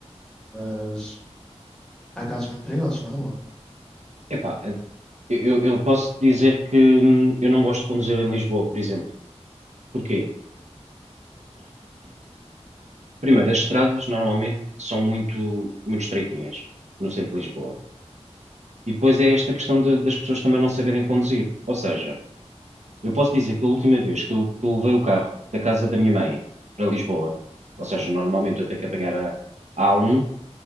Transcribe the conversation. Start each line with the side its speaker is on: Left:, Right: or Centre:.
Centre: Mas há casos muito perigosos na rua,
Right: Epá, eh, eu, eu posso dizer que hum, eu não gosto de conduzir em Lisboa, por exemplo. Porquê? Primeiro, as estradas normalmente são muito, muito estreitinhas no centro de Lisboa. E depois é esta questão de- das pessoas também não saberem conduzir. Ou seja, eu posso dizer que a última vez que eu, que eu levei o carro da casa da minha mãe para Lisboa, ou seja, normalmente eu tenho que apanhar a a A1